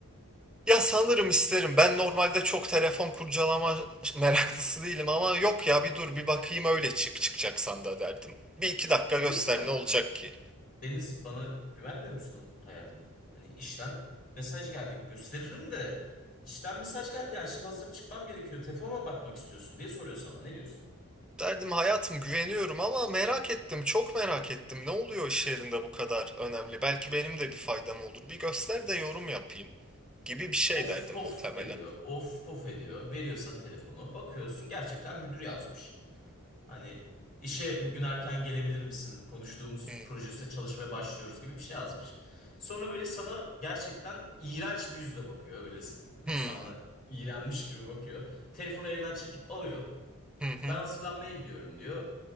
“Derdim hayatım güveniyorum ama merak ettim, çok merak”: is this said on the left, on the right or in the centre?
Centre